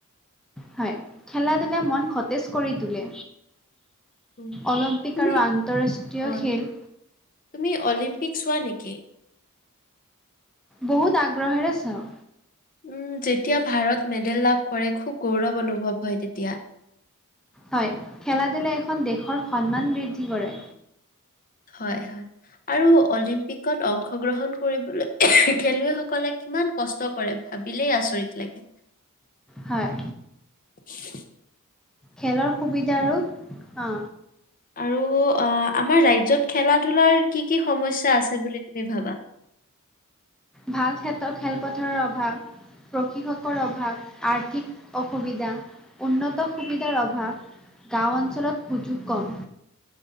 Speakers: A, in the centre; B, on the left.
A: হয়। খেলা ধূলাই মন সতেজ কৰি তোলে।
B: উম,
A: অলিম্পিক
B: তুমি
A: আৰু আন্তঃৰাষ্ট্ৰীয়
B: অ'
A: খেল।
B: তুমি অলিম্পিক চোৱা নেকি?
A: বহুত আগ্ৰহেৰে চাও।
B: উম', যেতিয়া ভাৰত মেডেল লাভ কৰে খুব গৌৰৱ অনুভৱ হয় তেতিয়া,
A: হয়। খেলা ধূলাই এখন দেশৰ সন্মান বৃদ্ধি কৰে।
B: হয় হয় আৰু অলিম্পিকত অংশগ্ৰহণ কৰিবলৈ খেলুৱৈসকলে কিমান কষ্ট কৰে ভাবিলেই আচৰিত লাগে।
A: হয়।
B: <inaudible>
A: খেলৰ সুবিধা আৰু অ,
B: আৰু অ, আমাৰ ৰাজ্যত খেলা ধূলাৰ কি কি সমস্যা আছে বুলি তুমি ভাবা।
A: ভাল ক্ষেত্ৰৰ খেলপথাৰৰ অভাৱ। প্ৰশিক্ষকৰ অভাৱ, আৰ্থিক অসুবিধা, উন্নত সুবিধাৰ অভাৱ। গাঁও অঞ্চলত সুযোগ কম।